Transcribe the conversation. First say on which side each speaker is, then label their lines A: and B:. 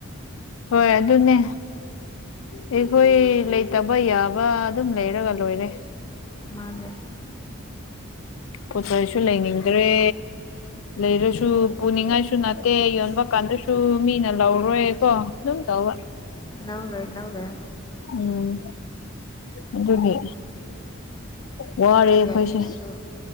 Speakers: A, on the left (about 75°); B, on the left (about 20°).
A: ꯍꯣꯏ ꯑꯗꯨꯅꯦ ꯑꯩꯈꯣꯏ ꯂꯩꯇꯕ ꯌꯥꯕ ꯑꯗꯨꯝ ꯂꯩꯔꯒ ꯂꯣꯏꯔꯦ
B: ꯃꯥꯅꯦ
A: ꯄꯣꯠ ꯆꯩ ꯆꯩꯁꯨ ꯂꯩꯅꯤꯡꯗ꯭ꯔꯦ ꯂꯩꯔꯁꯨ ꯄꯨꯅꯤꯡꯉꯥꯏꯁꯨ ꯅꯠꯇꯦ ꯌꯣꯟꯕ ꯀꯥꯟꯗꯁꯨ ꯃꯤꯅ ꯂꯧꯔꯣꯏ ꯀꯣ ꯑꯗꯨꯝ ꯇꯧꯕ
B: ꯅꯧ꯭ꯔꯦ ꯅꯧ꯭ꯔꯦ
A: ꯎꯝ ꯑꯗꯨꯒꯤ ꯋꯥꯔꯦ ꯑꯩꯈꯣꯏꯁꯦ
B: ꯌꯣꯟꯕꯁꯨ